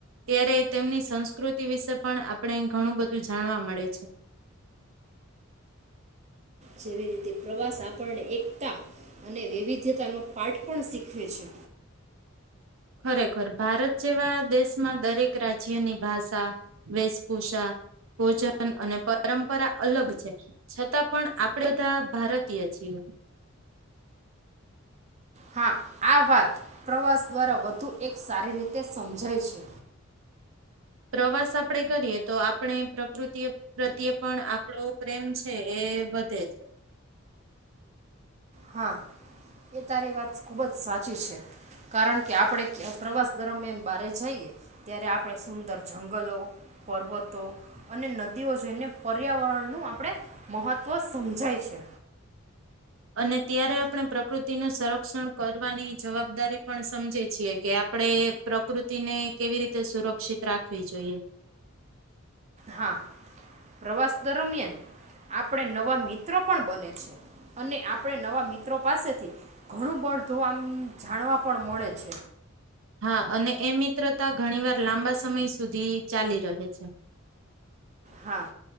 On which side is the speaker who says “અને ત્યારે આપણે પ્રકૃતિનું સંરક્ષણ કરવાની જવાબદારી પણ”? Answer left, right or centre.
Right